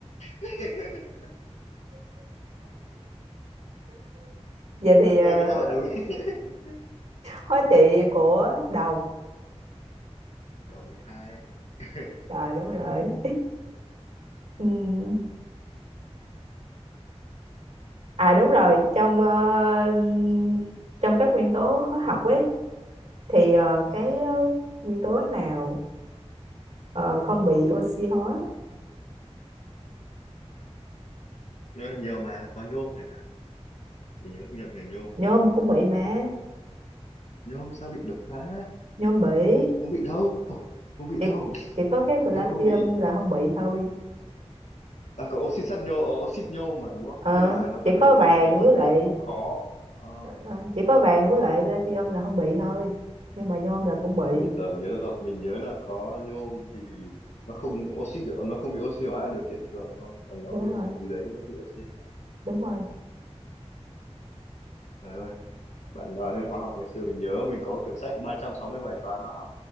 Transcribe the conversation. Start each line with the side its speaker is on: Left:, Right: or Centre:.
Left: <laughs>
Right: Vậy thì
Left: ok
Right: ờ,
Left: cứ cho bạn đúng <laughs>
Right: hóa trị của đồng
Left: Đòn hai <laughs>
Right: trời đúng rồi Ừm, À đúng rồi Trong ờ, trong các nguyên tố hóa học ấy Thì ờ, cái ờ, nguyên tố nào ờ, không bị oxy hóa
Left: Ờ, nhiều mà có nhôm chẳng hạn mình nhớ không nhầm về nhôm
Right: Nhôm cũng bị mà
Left: nhôm sao bị được ta
Right: Nhôm bị
Left: không bị đâu không bị
Right: Chỉ,
Left: đâu
Right: chỉ có cái palladium
Left: nhôm không bị
Right: là không bị thôi
Left: à có oxit sắt nhôm ờ, oxit nhôm mà đúng không
Right: Ờ,
Left: nhưng mà nó
Right: Chỉ
Left: phải cái
Right: có
Left: điều
Right: vàng
Left: kiện gì đó rất
Right: với lại
Left: là khó Ờ,
Right: À, chỉ có vàng với lại platinum là không bị thôi nhưng mà nhôm là cũng bị
Left: à mình giờ nhớ ra rồi mình nhớ là có nhôm thì nó không oxit được nó không bị oxy hóa điều kiện thường thôi còn nó
Right: đúng
Left: điều
Right: rồi
Left: kiện gì đấy nó vẫn bị oxy hóa
Right: đúng rồi
Left: trời ơi bạn nói đến hóa học ngày xưa mình nhớ mình có quyển sách có ba trăm sáu mươi bài toán hóa học